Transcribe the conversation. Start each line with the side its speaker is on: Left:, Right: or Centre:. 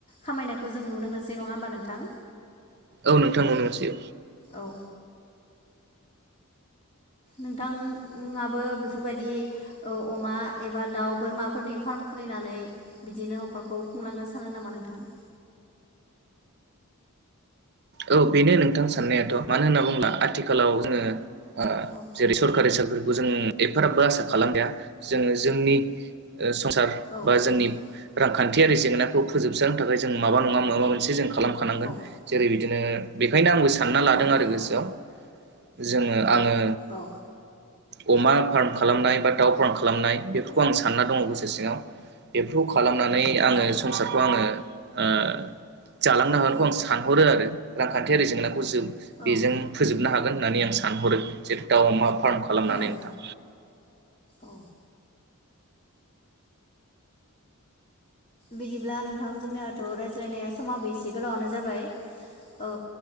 Left: खामायनायखौ जों नुनो मोनसै नङा होमबा नोंथां?
Right: औ नोंथां मोन मोनसे।
Left: औ। नोंथाङाबो बेफोरबायदि ओ अमा एबा दाउ बोरमाफोरनि फार्म खुलिनानै बिदिनो नखरखौ खुंलांनो सानो नामा नोंथां?
Right: औ बेनो नोंथां साननायाथ मानो होनना बुङोब्ला आथिखालाव जोङो। ओ
Left: औ
Right: जेरै सरकारि हिसाबै फोरखौ जों एफाराबबो आसा खालाम जाया जोङो जोंनि ओ संसार
Left: औ
Right: बा जोंनि
Left: नंगौ
Right: रां खा खान्थियारि जेंनाखौ फोजोबस्रांनो थाखाय जों माबा नङा माबा मोनसे जों खालामखानांगोन
Left: औ
Right: जेरै बिदि बिदिनो बेखायनो आंबो सानना लादों
Left: औ
Right: आरो
Left: नंगौ
Right: गोसोआव जोङो आङो‌।
Left: औ
Right: ओ। अमा फार्म खालामनाय बा दाउ फार्म खालामनाय बेफोरखौ आं सानना दङ गोसो सिङाव बेफोरखौ। खालामनानै आङो
Left: औ
Right: संसारखौ आङो ओ। जालांनो हागोनखौ
Left: औ
Right: आं सानहरो आरो। रांखान्थियारि जेंना <unintelligible>
Left: औ
Right: बेजों फोजोबनो हागोन होननानै आं सानहरो जेरै दाउ अमा। फार्म खालामनानै
Left: औ
Right: नोंथां।
Left: औ बिदिब्ला नोंथां जोंनियाथ' रायज्लायनाया समाबो एसे गोलावानो जाबाय। अ